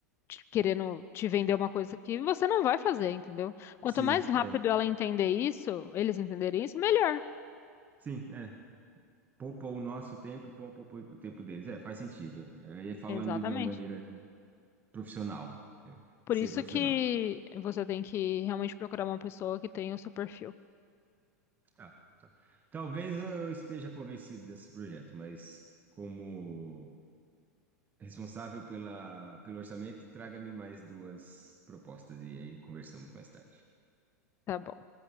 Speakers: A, on the left (about 30°); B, on the right (about 20°).
A: te- querendo te vender uma coisa que você não vai fazer, entendeu? Quanto
B: Sim,
A: mais rápido
B: é,
A: ela entender isso, eles entenderem isso, melhor.
B: sim, é poupou o nosso tempo e poupou o tempo deles. É, faz sentido. É, falando
A: Exatamente.
B: de uma maneira de profissional, é,
A: Por
B: de ser
A: isso
B: profissional.
A: que você tem que realmente procurar uma pessoa que tenha o seu perfil.
B: Tá, tá. Talvez eu esteja convencido desse projeto, mas como responsável pela, pelo orçamento, traga-me mais duas propostas e aí conversamos mais tarde.
A: Tá bom.